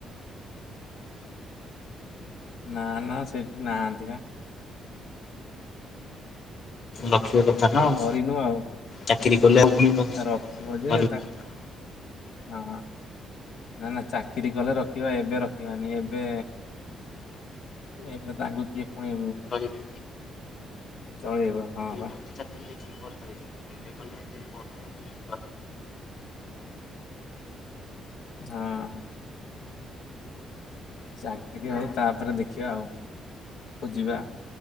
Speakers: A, on the left; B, on the left.
A: ନା ନା ସେଇଠି ନାହାନ୍ତି ବା।
B: ରଖିବା କଥା ନା ଆଉ
A: କରିନୁ ଆଉ
B: ଚାକିରି କଲେ ଆଉ ପୁଣି ପାଉଛି
A: ରଖିବ ଯେ ତା
B: କଥା।
A: ହଁ। ନା ନା ଚାକିରି କଲେ ରଖିବା ଏବେ ରଖିବାନି ଏବେ ଏବେ ତାଙ୍କୁ କିଏ ପୁଣି
B: ରହିବେ
A: ଚଳେଇବ ହଁ।
B: ଚାକିରି ଜୀବନରେ ଦେଖିକି କରିଥରେ ଏବେ କହଲେ ଚା ପଢୁଛନ୍ତି।
A: ହଁ। ଚାକିରି ହଉ ତାପରେ ଦେଖିବା ଆଉ ଖୋଜିବା।